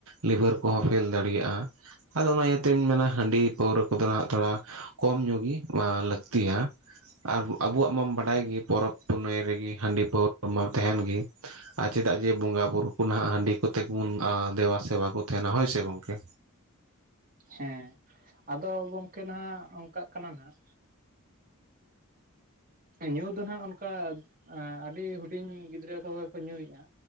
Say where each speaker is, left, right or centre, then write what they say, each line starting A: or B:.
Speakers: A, on the right; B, on the right.
A: ᱞᱤᱵᱷᱟᱨ ᱠᱚᱦᱚᱸ ᱯᱷᱮᱞ ᱫᱟᱲᱮᱭᱟᱜᱼᱟ᱾ ᱟᱫᱚ ᱚᱱᱟ ᱤᱭᱟᱹᱛᱤᱧ ᱢᱮᱱᱟ ᱦᱟᱺᱰᱤ ᱯᱟᱹᱣᱨᱟᱹ ᱠᱚᱫᱚ ᱦᱟᱜ ᱛᱷᱚᱲᱟ ᱠᱚᱢ ᱧᱚᱜ ᱜᱮ ᱞᱟᱹᱠᱛᱤᱭᱟ᱾ ᱟᱨ ᱟᱵᱚᱣᱟᱜ ᱢᱟᱢ ᱵᱟᱰᱟᱭ ᱜᱮ ᱯᱚᱨᱚᱵᱽ ᱯᱩᱱᱟᱹᱭ ᱨᱮᱜᱮ ᱦᱟᱺᱰᱤ ᱯᱟᱹᱣᱨᱟᱹ ᱢᱟ ᱛᱟᱦᱮᱸᱱ ᱜᱤ᱾ ᱟᱨ ᱪᱮᱫᱟᱜ ᱡᱮ ᱵᱚᱸᱜᱟ ᱵᱩᱨᱩ ᱠᱚ ᱱᱟᱜ ᱦᱟᱺᱰᱤ ᱠᱚᱛᱮ ᱜᱮᱵᱚᱱ ᱫᱮᱵᱟ ᱥᱮᱵᱟ ᱠᱚ ᱛᱟᱦᱮᱱᱟ ᱦᱳᱭ ᱥᱮ ᱜᱚᱝᱠᱮ᱾
B: ᱦᱮᱸ ᱟᱫᱚ ᱜᱚᱢᱠᱮ ᱦᱟᱜ ᱚᱱᱠᱟᱜ ᱠᱟᱱᱟ ᱱᱟᱜ ᱧᱩ ᱫᱚ ᱜ ᱚᱱᱠᱟ ᱟᱹᱰᱤ ᱦᱩᱰᱤᱧ ᱜᱤᱫᱽᱨᱟᱹ ᱠᱚᱜᱮ ᱠᱚ ᱧᱩᱭᱮᱫᱼᱟ᱾